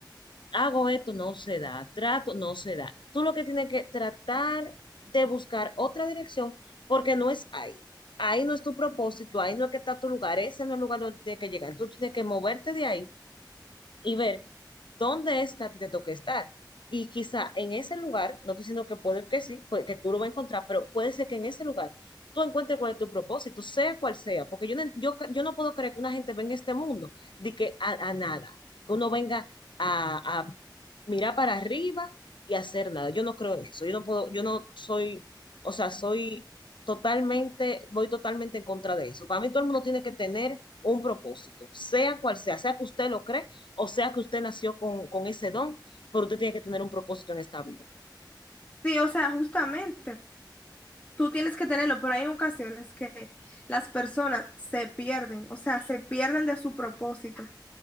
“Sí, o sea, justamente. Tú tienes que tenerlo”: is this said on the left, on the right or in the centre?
Left